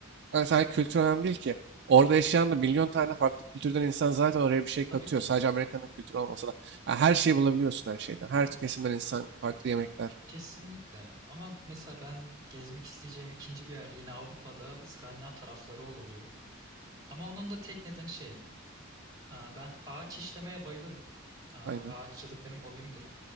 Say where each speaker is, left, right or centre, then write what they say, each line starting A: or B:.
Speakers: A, on the right; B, on the right.
A: Yani sadece kültür önemli değil ki. Orada yaşayan da milyon tane farklı kültürden insan zaten oraya bir şey katıyor.
B: Tabii ki.
A: Sadece Amerika'nın kültürü olmasa da. Yani her şeyi bulabiliyorsun her şeyden.
B: Hı
A: Her
B: hı.
A: kesimden insan, farklı yemekler.
B: Kesinlikle. Ama mesela ben gezmek isteyeceğim ikinci bir yer yine Avrupa'da İskandinav tarafları olurdu. Ama onun da tek nedeni şey. Aa, Ben ağaç işlemeye bayılırım. Aa,
A: Aynen.
B: Ağaççılık benim hobimdir.